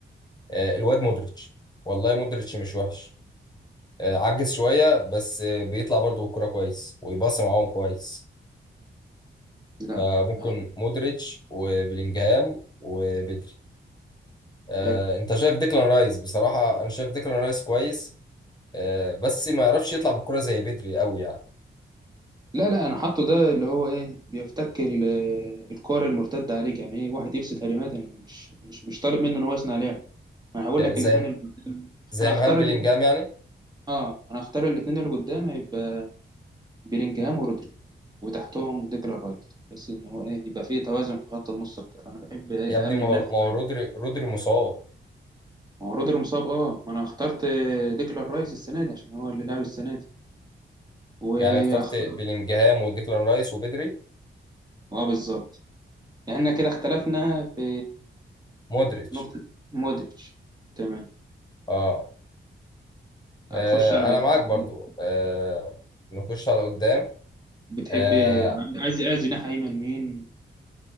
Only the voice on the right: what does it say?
لا
آه،
حلو
لا لا انا حاطه ده اللي هو ايه بيفتك ال- الكور المرتده عليك يعني ايه واحد يفسد هجمات انا مش مش مش طالب منه ان هو يصنع لعب ما انا هقول
لك
الاثنين اللي قدام
انا هختار
ال...
اه انا هختار الاثنين اللي قدام هيبقى بيلينجهام ورودري وتحتهم ديكلان رايس بحيث ان هو ايه يبقى فيه توازن في خط النص اكتر انا بحب ايه
اهم
النفس
ما
هو رودري مصاب اه ما انا اخترت ديكلان رايس السنه دي عشان هو اللي لعب السنه دي واختار
اه بالظبط يعني احنا كده اختلفنا في
نقطة مودريتش تمام
أخش على بت-
بت-
بتحب
عايز عايز جناح أيمن مين